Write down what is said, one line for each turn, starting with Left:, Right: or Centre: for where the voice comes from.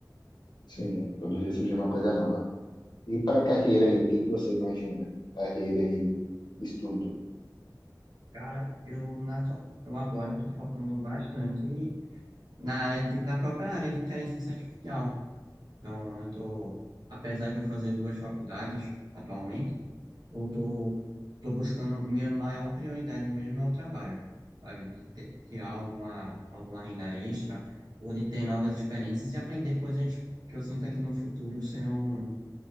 Left: Sim, todo dia surge uma coisa nova. E para carreira aí, o que que você imagina? Carreira e estudo.
Right: Cara, eu, na, atua- eu agora estou focando bastante na área de, na própria área de inteligência artificial. Então, eu estou, apesar de eu fazer duas faculdades atualmente, Eu tô, tô buscando, minha maior prioridade mesmo é o trabalho, sabe? De ter- tirar alguma, alguma renda extra, ou de ter novas experiências e aprender coisas que eu sinto que no futuro serão,